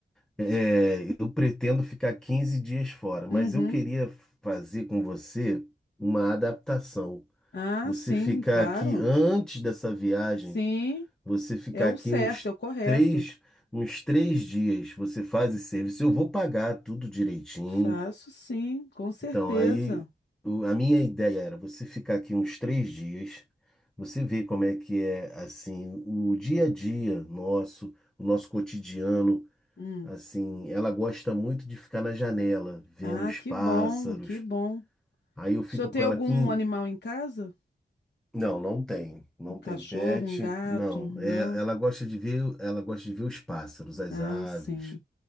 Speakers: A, in the centre; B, on the left (about 60°).
A: É, eu pretendo ficar 15 dias fora,
B: Uhum.
A: mas eu queria fazer com você uma adaptação.
B: Ah,
A: Você
B: sim,
A: ficar
B: claro.
A: aqui antes dessa viagem,
B: Sim,
A: você ficar
B: é o
A: aqui
B: certo,
A: uns
B: é o correto.
A: três, uns três dias, você faz esse serviço. Eu vou pagar tudo direitinho.
B: Faço sim, com certeza.
A: Então, aí o- a minha ideia era você ficar aqui uns três dias, você ver como é que é assim o dia a dia nosso, o nosso cotidiano.
B: Hum.
A: Assim, ela gosta muito de ficar na janela, vendo
B: Ah,
A: os
B: que
A: pássaros.
B: bom, que bom. O
A: Aí eu fico
B: senhor tem
A: com
B: algum
A: ela aqui. em-
B: animal em casa?
A: Não, não tem, não
B: Um cachorro,
A: tem pet,
B: um gato?
A: não.
B: Não?
A: É, ela gosta de ver, ela gosta de ver os pássaros, as
B: Ah,
A: aves.
B: sim.